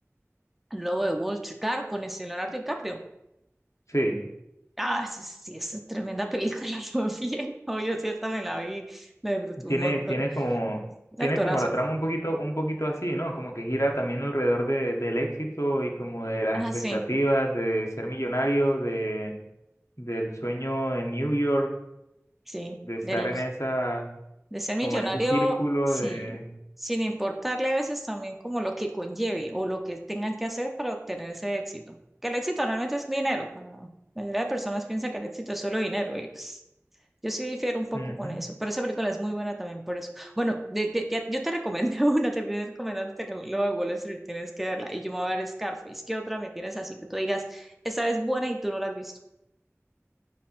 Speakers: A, in the centre; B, on the left.
A: El lobo de Wall Street, claro, con ese Leonardo DiCaprio.
B: Sí.
A: Ah, sí, sí, es tremenda película <laughs> también. Obvio, sí, hasta me la vi, la disfruté
B: Tiene,
A: un montón.
B: tiene como,
A: Un
B: tiene
A: actorazo.
B: como la trama un poquito, un poquito así, ¿no? Como que gira también alrededor de, del éxito y como de las
A: Ah,
B: expectativas
A: sí,
B: de ser millonario, de, del sueño en New York,
A: sí,
B: de estar
A: del,
B: en esa,
A: De ser
B: como
A: millonario,
B: en ese círculo
A: sí,
B: de,
A: sin importarle a veces también como lo que conlleve o lo que tengan que hacer para obtener ese éxito. Que el éxito realmente es dinero. Para la mayoría de personas piensa que el éxito es solo dinero y pues yo sí difiero un poco
B: Ujú.
A: con eso, pero esa película es muy buena también por eso. Bueno, de- de- ya- yo te recomendé <laughs> una, terminé recomendándote lo, lo de Wall Street, tienes que verla y yo me voy a ver Scarface. ¿Qué otra me tienes así que tú digas, esta es buena y tú no la has visto?